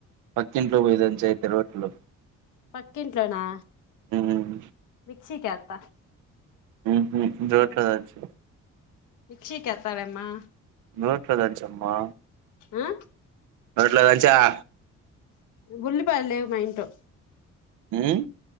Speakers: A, on the right (about 90°); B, on the left (about 85°).
A: పక్కింట్లో పోయి దంచు ఐతే రోట్లో
B: పక్కింట్లోనా
A: ఉమ్
B: మిక్సీ కేత్త
A: ఉహు రోట్లో దంచు
B: మిక్సీ కేత్త లేమ్మా
A: రోట్లో దంచు అమ్మా
B: ఉమ్
A: రోట్లో దంచు ఆ
B: ఉల్లిపాయలు లేవ్ మా ఇంట్లో
A: ఊమ్